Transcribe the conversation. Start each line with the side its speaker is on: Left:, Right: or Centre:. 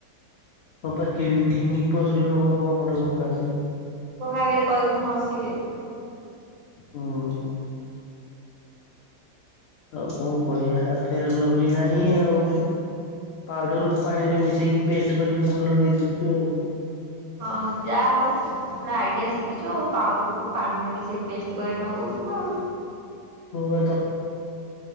Left: ହଁ ପା କ୍ଲିନି-କ୍ଲିନି ପସ୍ ଆସିବି ନବାକୁ ଆମର ଓାକାତ୍ ନାଇଁ,
Right: କୋଣ ଆଗରେ କହିବୁନୁ ହସିବେ,
Left: ହୁଁ, ଆଉ କଣ କରିବା ହା ଫେର୍ ଲଭିଲି ନାହିଁ ଆଉ ସବ୍ ପାଉଡ଼ରକୁ ପାଣିରେ ମିଶାଇକି ପେଷ୍ଟ କରି ମୁହରେ ଲଗେଇ ଦେଉଛୁ ଆଉ,
Right: ହଁ ଯାହା ହଉ, ପୁରା ଆଇଡ଼ିଆ ଶିଖିଛୁ ଆଉ ପାଉଡରକୁୁ ପାଣିରେ ମିଶେଇ ପେଷ୍ଟ କରି ନଗଉଛୁ ଆଉ,
Left: ପହେତ,